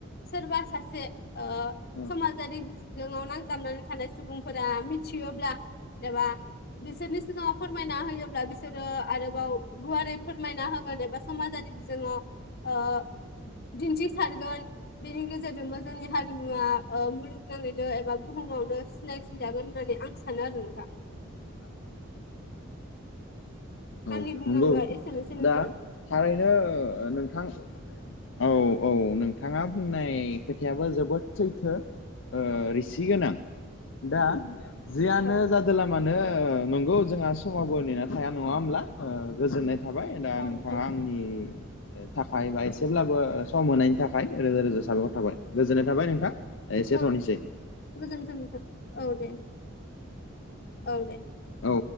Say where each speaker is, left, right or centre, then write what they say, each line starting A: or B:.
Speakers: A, on the left; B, on the left.
A: सोरबा सासे ओ
B: औ
A: समाजारि बिजोङाव नांजाबनानै थानाय सुबुंफोरा मिथियोब्ला एबा बिसोरनि सिगाङाव फोरमायना होयोब्ला बिसोरो सोरो आरोबाव गुवारै फोरमायना होगोन एबा समाजारि बिजोङाव ओ दिन्थि सारगोन बेनि गेजेरजोंबो जोंनि हारिमुवा ओ मुलुगनाङैनो एबा बुहुमावनो सिनायथि जागोन होननानै आं सानो आरो नोंथां।
B: <inaudible> ओ
A: आंनि
B: औ
A: बुंनांगौआ
B: नंगौ
A: एसेनोसै नोंथां
B: दा थारैनो नोंथां औ औ नोंथाङा बुंनाय खोथायाबो जोबोद सैथो। आ रिसि गोनां दा जियानो
A: औ
B: जादोला मानो नंगौ जोंहा समावबो नेनानै थाया नङा होमब्ला ओ गोजोननाय थाबाय दा
A: औ
B: नोंथाङा
A: नोंथां
B: आंनिआ थाखाय बा एसेब्लाबो सम होनायनि थाखाय रोजा रोजा साबायख'र थाबाय गोजोननाय थाबाय नोंथां। एसे एसेथ'निसै।
A: औ गोजोन्थों नोंथां औ दे औ दे।
B: औ